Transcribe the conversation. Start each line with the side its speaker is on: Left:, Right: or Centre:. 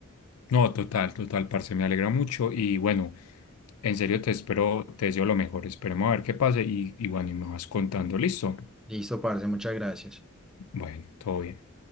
Left: No, total, total, parce, me alegra mucho y bueno, en serio te espero, te deseo lo mejor, esperemos a ver qué pase y, y bueno, y me vas contando, listo.
Centre: Listo, parce, muchas gracias.
Left: Bueno, todo bien.